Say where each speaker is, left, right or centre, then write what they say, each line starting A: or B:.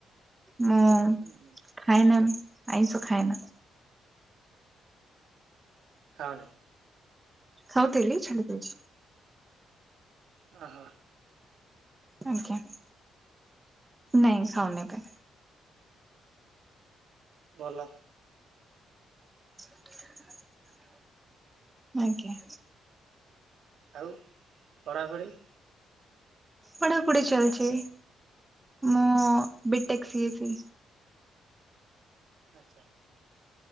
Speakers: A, on the right; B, on the right.
A: ମୁଁ।
B: ଉଁ ହୁଁ।
A: ହାଏ ମ୍ୟାମ୍ ଆଇଁଷ ଖାଏନା।
B: ଖାଅନି।
A: ଖାଉଥିଲି ଛାଡିଦେଇଛି।
B: ଓ ହ।
A: ଆଜ୍ଞା ନାଇ ଖାଉନି ଏବେ।
B: ଭଲ।
A: <inaudible> ଆଜ୍ଞା।
B: ଆଉ ପଢ଼ାପଢ଼ି?
A: ପଢ଼ା ପଢି ଚାଲିଛି ମୁଁ ବିଟେକ୍ ସିଏ ବି।
B: ଆଛା।